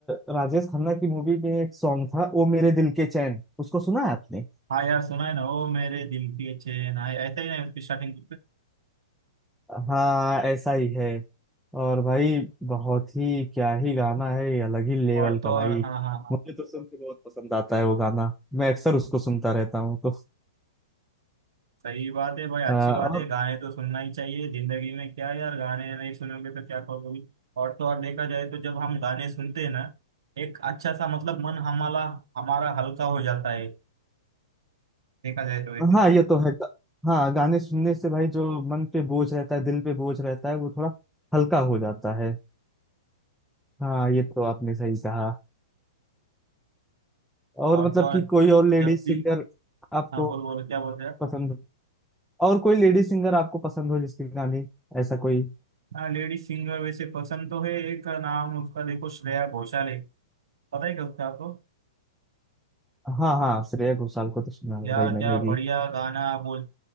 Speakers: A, in the centre; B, on the right.
A: अ, राजेश खन्ना की मूवी में एक सॉन्ग था ओ मेरे दिल के चैन उसको सुना है आपने
B: हाँ यार सुना है ना ओ मेरे दिल की चैन हाँ ऐसा ही ना उसकी स्टार्टिंग
A: हाँ ऐसा ही है और भाई बहुत ही क्या ही गाना है ये अलग ही लेवल
B: और
A: का
B: तो और
A: भाई
B: हाँ हाँ हाँ
A: मुझे तो सुन के बहुत पसंद आता है वो गाना मैं अक्सर उसको सुनता रहता हूँ तो
B: सही बात है भाई अच्छी
A: अ,
B: बात
A: और
B: है गाने तो सुनना ही चाहिए जिंदगी में क्या यार गाने नहीं सुनोगे तो क्या करोगे और तो और देखा जाए तो जब हम गाने सुनते हैं ना एक अच्छा सा मतलब मन हमारा हमारा हल्का हो जाता है देखा जाए तो वैसे
A: हाँ ये तो है गा- हाँ गाने सुनने से भाई जो मन पे बोझ रहता है दिल पे बोझ रहता है वो थोड़ा हल्का हो जाता है हाँ ये तो आपने सही कहा और
B: और
A: मतलब
B: तो और
A: कि कोई और लेडीज
B: जब
A: सिंगर
B: भी
A: आपको
B: हाँ बोल बोल क्या बोलते हैं आप?
A: पसंद हो और कोई लेडीज सिंगर आपको पसंद हो जिसकी गाने ऐसा कोई
B: हाँ लेडी सिंगर वैसे पसंद तो है एक नाम उसका देखो श्रेया घोषाल है पता है क्या उसका आपको
A: हाँ हाँ श्रेया घोषाल को तो सुना है
B: यार
A: भाई
B: क्या
A: मैंने भी
B: बढ़िया गाना बोल